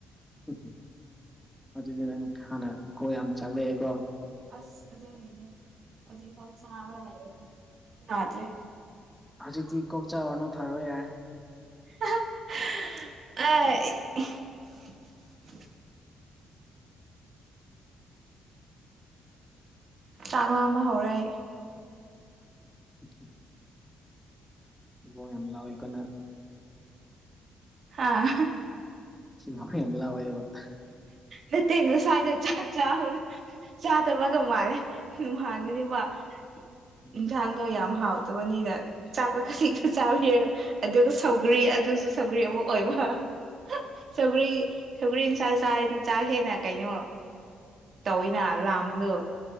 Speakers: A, in the centre; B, on the right.
A: ꯎ ꯑꯗꯨꯗꯤ ꯅꯪ ꯍꯥꯟꯅ ꯀꯣ ꯌꯥꯝ ꯆꯥꯛꯂꯛꯑꯦꯀꯣ
B: ꯑꯁꯖꯒꯅꯦ ꯍꯧꯖꯤ ꯐꯥꯎ ꯆ ꯂꯔꯦ ꯐꯥꯎꯖꯦ
A: ꯍꯧꯖꯤꯛꯇꯤ ꯀꯣꯛꯆꯆꯥꯔꯅ ꯐꯔꯣ ꯌꯥꯔꯦ
B: ꯑ
A: ꯑ
B: ꯆꯥꯛ ꯂꯥꯡꯝꯕ ꯍꯧꯔꯦ
A: ꯎ ꯏꯕꯣꯡ ꯌꯥꯝ ꯂꯥꯎꯋꯦ ꯀꯅ
B: ꯑ
A: ꯃꯝꯃꯃꯤ ꯑꯦꯝꯂꯑꯣꯣꯏꯕꯕꯥ
B: ꯂꯩꯠꯇꯦꯡ ꯉꯁ꯭ꯋꯥꯏꯗꯣ ꯆꯥꯛ ꯆꯥ ꯆꯥꯗꯕꯒ ꯃꯥꯜꯂꯦ ꯍꯥꯟꯕꯅꯦꯕ
A: ꯎꯝ
B: ꯌꯦꯟꯁꯥꯡꯗꯣ ꯌꯥꯝ ꯍꯥꯎꯗꯦ ꯑꯗꯨꯅꯤꯅ ꯆꯥꯛꯄ ꯈꯖꯤꯤꯡꯁꯨ ꯆꯥꯕꯤꯔ ꯑꯗꯨꯒ ꯁꯧꯒꯔꯤ ꯑꯗꯨꯁꯨ ꯁꯧꯒ꯭ꯔꯤ ꯑꯃ ꯑꯣꯏꯕ ꯆꯕꯔꯤ ꯁꯒꯜ ꯏꯟꯁꯥꯛ ꯆꯥꯔꯗꯤ ꯆꯥꯛ ꯍꯦꯟꯅ ꯀꯩꯅꯣ ꯇꯧꯋꯤꯅ ꯂꯥꯝꯕꯗꯣ